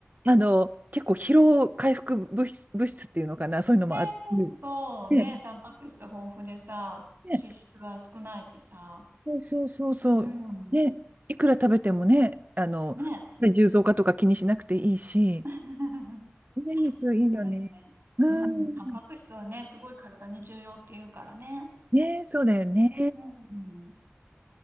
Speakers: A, on the right; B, on the right.
A: あの、結構疲労回復物質、物質っていうのかな、そういうのもあって、
B: ね、そうそうそう。
A: ね、
B: ね、タンパク質豊富でさ、
A: ね
B: 脂質は少ないしさ。
A: そうそうそうそう、
B: うん。
A: ね、いくら食べてもね、あの、
B: ね。
A: 重増化とか気にしなくていいし、
B: <laughs>
A: 胸肉いいよね。
B: 本当だよね。
A: う
B: うん。タンパク質はね、
A: ん、
B: すごい体に重要って言うからね。
A: ね、そうだよね。
B: うん。